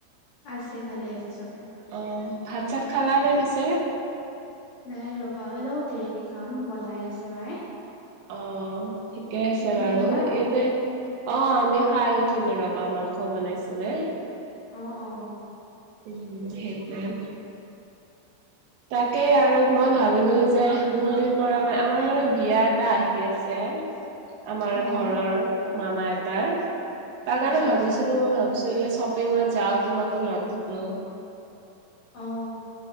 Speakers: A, on the left; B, on the right.
A: আছে ভালে আছে চব।
B: অ ভাত চাত খালা নে পিছে।
A: নাই ৰবা অলপ দেৰিকে খাম বনাই আছে মাই।
B: অ ঠিকে আছে বাৰু
A: খালা?
B: এইতে অ আমি খাই উঠিলো ৰবা মাংস বনাইছিলে।
A: অ অ।
B: উম সেইটোৱে। তাকেই আৰু মই ভাবিলো যে বহুত দিন পৰা মানে আমাৰ মানে বিয়া এটা আহ- হি আছে আমাৰ
A: অ
B: ঘৰৰ মামা এটাৰ তাৰ
A: আচ্ছা
B: কাৰণে ভাবিছিলো
A: আচ্ছা
B: ভাবিছো যে শ্বপিঙত যাও তোমাকো লগ ধৰো।
A: অ